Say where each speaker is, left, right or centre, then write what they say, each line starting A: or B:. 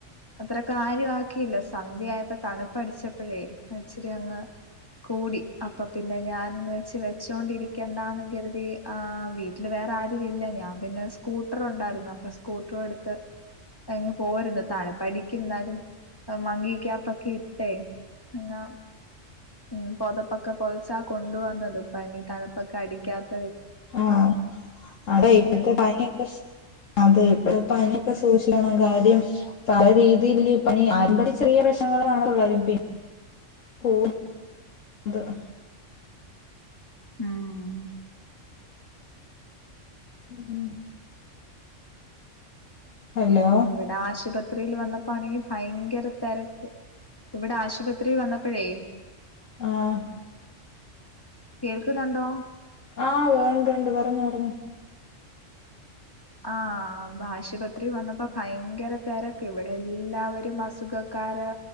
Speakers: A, on the left (about 20°); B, on the left (about 80°).
A: അത്ര കാര്യ ആക്കിയില്ല സന്ധ്യയപ്പോ തണുപ്പ്അടിച്ചപ്പോഴേ അച്ചിരി അങ്ങ് കൂടി അപ്പൊ പിന്നെ ഞാൻ വെച്ച് വെച്ചോണ്ടിരിക്കണ്ടാന്ന് കരുതി ആ വീട്ടില് വെ വേറെ ആരും ഇല്ല ഞാൻ പിന്നെ സ്കൂട്ടർ ഉണ്ടായിരുന്നു അപ്പൊ സ്കൂട്ടർ എടുത്ത് ഇങ്ങ് പോരുന്ന് തണുപ്പണിക്ക് എന്നാലും മങ്കി ക്യാപ്പക്കെ ഇട്ടേ അങ്ങാ -- ഉം പൊതപ്പൊക്കെ പൊതച്ചാ കൊണ്ടുവന്നത് പനി തണുപ്പൊക്കെ അടിക്കാത്
B: ആ അതെ ഇപ്പത്തെ
A: ഉം
B: പനിയക്കെ ശ് അതെ ഇപ്പ് പനിയൊക്കെ സൂക്ഷിക്കണം കാര്യം പല രീതിയില്ലി പനി ആരംഭത്തി ചെറിയ ലക്ഷണങ്ങളെ കാണത്തൊള്ളാരി <inaudible>
A: ഉം
B: ഉം ഹലോ
A: ഇവിടെ ആശുപത് ആശുപത്രിൽ വന്നപ്പോണെങ്കി ഭയങ്കര തിരക്ക് ഇവിടെ ആശുപത്രിൽ വന്നപ്പോഴേ
B: ആഹ്
A: കേൾക്കുന്നുണ്ടോ
B: ആഹ് വേണ്ട് ഉണ്ട് പറഞ്ഞോ പറഞ്ഞോ
A: ആഹ് ആശുപത്രി വന്നപ്പോ ഭയങ്കര തിരക്ക് ഇവിടെ എല്ലാവരും അസുഖക്ക ക്കാര്